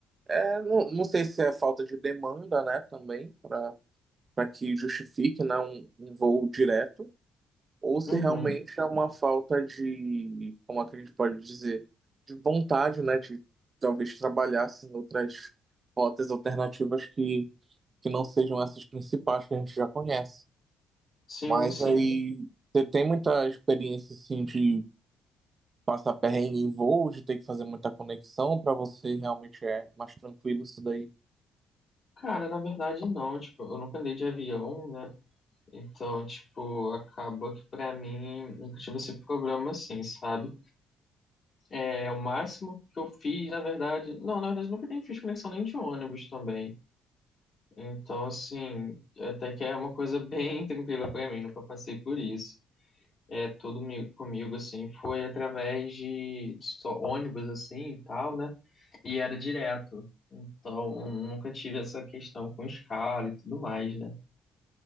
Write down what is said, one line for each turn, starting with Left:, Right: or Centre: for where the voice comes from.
Right: é, não, não sei se é falta de demanda, né, também, para para que justifique, né, um um voo direto, ou se
Left: Uhum.
Right: realmente é uma falta de, como é que a gente pode dizer, de vontade, né, de talvez trabalhar assim, outras rotas alternativas que, que não sejam essas principais que a gente já conhece.
Left: Sim,
Right: Mas
Left: sim.
Right: aí você tem muita experiência assim, de passar perrengue em voo, de ter que fazer muita conexão, para você realmente é mais tranquilo isso daí.
Left: Cara, na verdade, não. Tipo, eu nunca andei de avião, né? Então, tipo, acaba que pra mim nunca tive esse problema assim, sabe? É o máximo que eu fiz, na verdade. Não, na verdade, nunca nem fiz conexão nem de ônibus também. Então, assim, até que é uma coisa bem <laughs> tranquila pra mim, nunca passei por isso. É, tudo mi- comigo, assim, foi através de só ônibus, assim, e tal, né? E era direto. Então, nunca tive essa questão com escala e tudo mais, né?